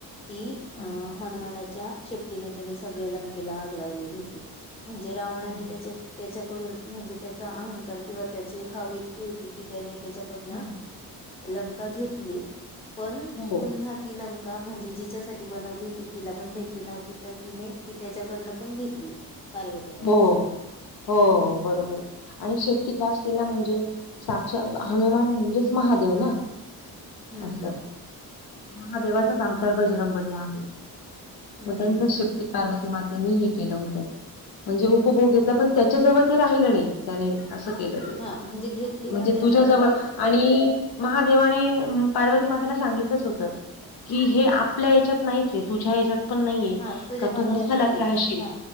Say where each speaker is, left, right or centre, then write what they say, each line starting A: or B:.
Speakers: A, on the left; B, on the left.
A: ती अ
B: हा.
A: हनुमानाच्या शेपटीने त्यांनी सगळे लंकेला आग लावलेली होती. म्हणजे रावनाने
B: हो हो
A: त्यांचे त्याच्याकडून म्हणजे त्याचा अहंकार किंवा त्याची हाव इतकी होती कि, त्याने त्याच्या कडन
B: हम्म
A: <inaudible> लंका घेतली. पण
B: हो
A: पुन्हा ति लंका, म्हणजे जिच्यासाठी बनवली होती तिला पण भेटली नव्हती. तर तिने ती त्याच्याकडनं पण घेतली. पार्वतीने
B: हो.
A: असलं
B: हो
A: हम्म
B: बरोबर आहे. आणि शेपटीत वास केला म्हणजे, साक्षात हनुमान म्हणजेच महादेव ना.
A: हम्
B: असं.
A: हम्.
B: महादेवाचाच अवतार बजरंगबली आहे.
A: हम्म
B: मग त्यांचा शेप पार्वती मातेनी हे केलं होतं. म्हणजे उपभोग घेतला, पण त्याच्याजवळ ते राहिलं नाही. त्याने असं केलं ते.
A: हा म्हणजे घेतली
B: <inaudible> म्हणजे
A: पण त्याचा
B: तुझ्या
A: त्याला
B: जवळ आणि, महादेवाने पार्वती मातेला सांगितलंच होतं. कि हे आपल्या याच्यात नाहीचये, तुझ्या ह्याच्यात पण नाहीये,
A: हा तुझ्या
B: का
A: भाग्यात
B: तू महालात
A: नाहीये
B: राहशील.
A: हा